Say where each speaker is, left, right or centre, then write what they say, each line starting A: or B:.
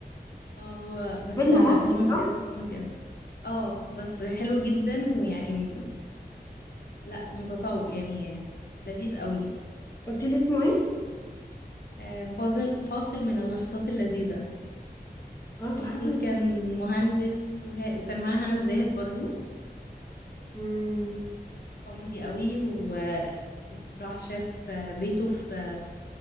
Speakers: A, on the left; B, on the left.
A: اه هو بس
B: فيلم
A: لا
B: مصري
A: لا فيلم
B: صح
A: بجد كوميدي أوي. اه بس حلو جدا ويعني م- لا متطور يعني لذيذ قوي
B: قلتيلي اسمه ايه
A: آه، فاصل فاصل من اللحظات اللذيذة
B: برضو
A: هو المفروض
B: حسن
A: كان
B: اسماعيل
A: مهندس وه... وكان معاه هنا الزاهد برضو
B: امم
A: كوميدي قوي وراح شاف بيته في